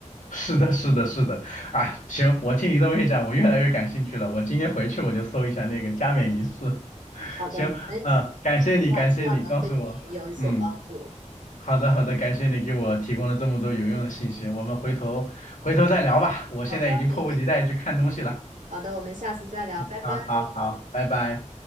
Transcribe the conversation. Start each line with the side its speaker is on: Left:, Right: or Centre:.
Left: 是的，是的，是的。啊，行，我听你这么一讲，我越来越感兴趣了。我今天回去我就搜一下那个加冕仪式。<laughs>
Right: <laughs> 好的，
Left: 行，
Right: 没问题。
Left: 嗯、感谢你，
Right: 希望希望能对你有所帮助。
Left: 感谢你告诉我。嗯。好的，好的，感谢你给我提供了这么多有用的信息，我们回头回头再聊吧，我现在已经迫不及待去看东西了。
Right: 好的，没问题。好的，我们下次再聊，拜拜。
Left: 好好好，拜拜。